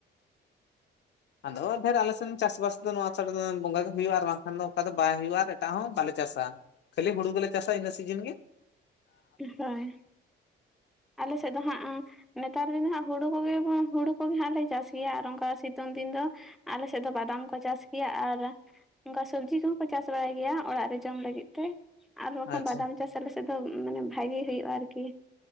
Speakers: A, on the left; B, in the centre.
A: ᱟᱫᱚ, ᱰᱷᱮᱨ ᱟᱞᱮ ᱥᱮᱱ ᱪᱟᱥᱵᱟᱥ ᱫᱚ, ᱱᱚᱣᱟ ᱪᱷᱟᱰᱟ ᱫᱚ, ᱵᱚᱸᱜᱟ ᱜᱮ ᱦᱩᱭᱩᱜᱼᱟ, ᱟᱨ ᱵᱟᱝᱠᱷᱟᱱ ᱫᱚ, ᱚᱱᱠᱟ ᱫᱚ ᱵᱟᱭ ᱦᱩᱭᱩᱜᱼᱟ, ᱟᱨ ᱮᱴᱟᱜ ᱦᱚᱸ ᱵᱟᱞᱮ ᱪᱟᱥᱟ ᱾ ᱠᱷᱟᱹᱞᱤ, ᱦᱩᱲᱩ ᱫᱚ ᱞᱮ ᱪᱟᱥᱟ, ᱤᱱᱟᱹ ᱥᱤᱡᱤᱱ ᱜᱮ ᱾
B: ᱦᱳᱭ, ᱟᱞᱮ ᱥᱮᱫ ᱫᱚ ᱦᱟᱸᱜ, ᱟᱸ ᱱᱮᱛᱟᱨ ᱫᱤᱱ ᱫᱚ ᱦᱟᱸᱜ, ᱦᱩᱲᱩ ᱠᱚᱜᱮ, ᱦᱩᱲᱩ ᱠᱚᱜᱮ ᱦᱟᱸᱜ ᱞᱮ, ᱪᱟᱥ ᱜᱮᱭᱟ, ᱟᱨ ᱚᱱᱠᱟ ᱥᱤᱛᱩᱝ ᱫᱤᱱ ᱫᱚ, ᱟᱞᱮ ᱥᱮᱫ ᱫᱚ, ᱵᱟᱫᱟᱢ ᱠᱚ ᱪᱟᱥ ᱜᱮᱭᱟ, ᱟᱨ ᱚᱱᱠᱟ ᱥᱚᱵᱽᱡᱤ ᱠᱚᱦᱚᱸ ᱠᱚ, ᱪᱟᱥ ᱵᱟᱲᱟᱭ ᱜᱮᱭᱟ, ᱚᱲᱟᱜ ᱨᱮ, ᱡᱚᱢ ᱞᱟᱹᱜᱤᱫ ᱛᱮ ᱾ ᱟᱨ ᱵᱟᱠᱷᱟᱱ,
A: ᱟᱪᱪᱷᱟ
B: ᱵᱟᱫᱟᱢ ᱪᱟᱥ ᱟᱞᱮ ᱥᱮᱫ ᱫᱚ, ᱢᱟᱱᱮ, ᱵᱷᱟᱜᱮ ᱦᱩᱭᱩᱜᱼᱟ, ᱟᱨᱠᱤ